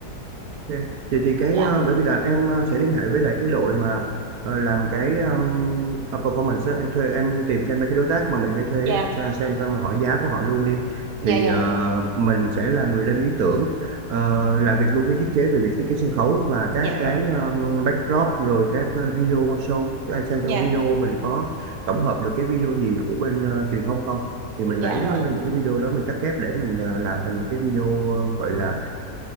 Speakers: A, on the right; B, on the right.
A: Ok. Vậy thì cái
B: dạ
A: ờ, bởi vì là em ờ, sẽ liên hệ với lại cái đội mà ờ, làm cái um, performance á. em thuê em tìm xem mấy cái đối tác mà mình hay thuê
B: dạ
A: ra xem xong rồi hỏi giá của họ luôn đi
B: dạ
A: thì
B: dạ
A: ờ, mình sẽ là người lên ý tưởng ờ, làm việc luôn với thiết kế về việc thiết kế sân khấu và các
B: dạ
A: cái
B: rồi
A: um, backdrop rồi các ờ, video show em xem
B: dạ
A: trong video mình có tổng hợp được cái video gì của bên ờ, truyền thông không thì mình
B: dạ
A: lấy
B: rồi
A: ờ, những cái video đó mình cắt ghép để mình ờ, làm thành một cái video ờ, gọi là